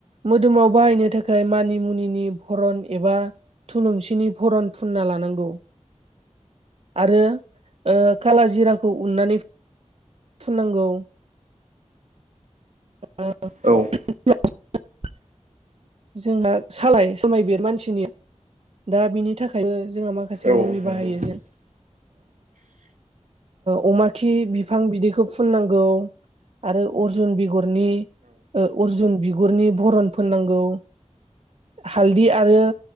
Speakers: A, on the right; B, on the right.
A: मोदोमाव बाहायनो थाखाय मानि मुनिनि भरन एबा थुलुंसिनि भरन फुनना लानांगौ आरो खाला जिराखौ उननानै फुननांगौ अ
B: औ
A: <inaudible> जोंहा सालाय सालमाय बेरो मानसिनि- दा बिनि थाखायबो जोंहा माखासे
B: औ
A: मुलि
B: नंगौ
A: बाहायो जेरै अमाखिनि बिफां बिदैखौ फुननांगौ आरो अर्जुन बिगुरनि अर्जुन बिगुरनि भरन फोननांगौ हालदि आरो